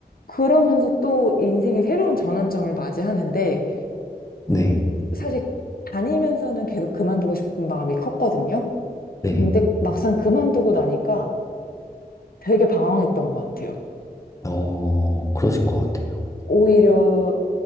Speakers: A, on the left (about 65°); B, on the left (about 20°).
A: 그러면서 또 인생의 새로운 전환점을 맞이하는데
B: 네,
A: 사실 다니면서는 계속 그만두고 싶은 마음이 컸거든요.
B: 네.
A: 근데 막상 그만두고 나니까 되게 방황했던 것 같아요.
B: 어, 그러실 것 같아요.
A: 오히려